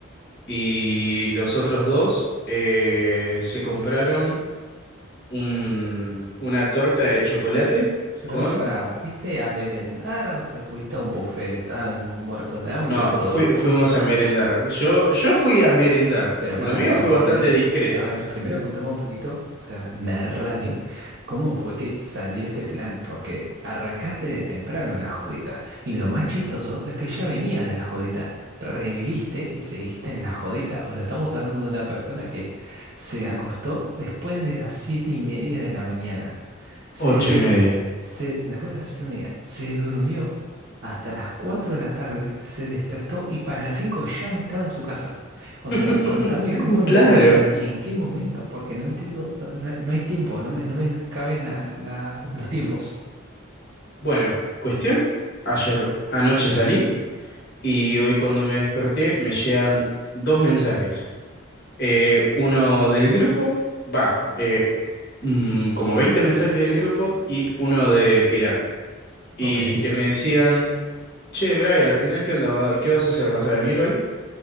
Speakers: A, on the left; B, on the right.
A: Y los otros dos eh, se compraron un- una torta de chocolate
B: Pero
A: con...
B: amigo, pará, ¿fuiste a merendar o te fuiste a un buffet? Estaban muertos de hambre
A: No,
B: todo,
A: fui-
B: ¿cómo?
A: fuimos a merendar. Yo, yo fui a merendar.
B: Pero
A: Lo
B: pará,
A: mío
B: porque,
A: fue bastante
B: de-
A: discreto.
B: eh, a ver, primero contame un poquito, o sea, narrame cómo fue que salió este plan, porque arrancaste de temprano la jodita, y lo más chistoso es que ya venías de la jodita, reviviste y seguiste en la jodita, o sea, estamos hablando de una persona que se acostó después de las siete y media de la mañana,
A: <laughs>
B: se
A: Ocho
B: dur-
A: y media.
B: se, después de las ocho y media, se durmió hasta las cuatro de la tarde, se despertó y para las cinco ya no estaba en su casa. O
A: <laughs>
B: sea, contame cómo nació
A: Claro.
B: este plan y en qué momento, porque no entiendo, no, no- no hay tiempo, no me, no me caben la- la- los tiempos.
A: Bueno, cuestión. Ayer anoche salí y hoy cuando me desperté me llegan dos mensajes. Eh, uno del grupo, va, eh, mm, como 20 mensajes del grupo y uno de Pilar. Y
B: Ok,
A: que me decían, che, Bray, al final, ¿qué onda? va- ¿Qué vas a hacer? ¿Vas a venir hoy?